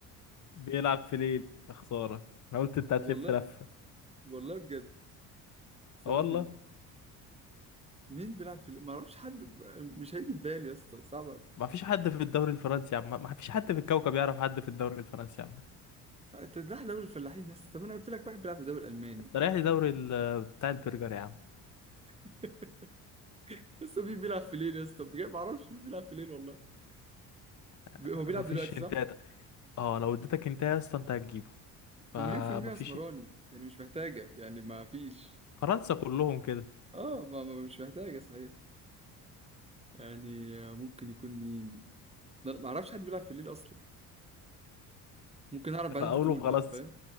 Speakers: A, on the left; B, on the right.
A: بيلعب في ليل يا خساره انا قلت انت هتلف
B: والله
A: لفه
B: والله بجد ثواني
A: اه والله
B: مين بيلعب في ليل ما اعرفش حد مش هيجي في بالي يا اسطى صعب
A: ما فيش حد في الدوري الفرنسي يا عم ما فيش حد في الكوكب يعرف حد في الدوري الفرنسي يا عم
B: تذبح دوري الفلاحين يا اسطى طب انا قلت لك واحد بيلعب في الدوري الالماني
A: انت رايح لدوري ال- بتاع البرجر يا عم
B: <laughs> لسه مين بيلعب في ليل يا اسطى بجد ما اعرفش مين بيلعب في ليل والله ب-
A: <laughs>
B: هو بيلعب
A: ما فيش
B: دلوقتي صح
A: انتات اه لو اديتك انت يا اسطى انت هتجيبه فما
B: ومليون في المية
A: فيش
B: اسمراني
A: ايه
B: يعني مش محتاجة يعني ما فيش
A: فرنسا كلهم كده
B: اه ما ما- مش محتاجة صحيح يعني آه، ممكن يكون مين ده أنا ما اعرفش حد بيلعب في ليل اصلا ممكن اعرف بعدين
A: خ- قولوا
B: انت تقول بقى
A: خلاص
B: فاهم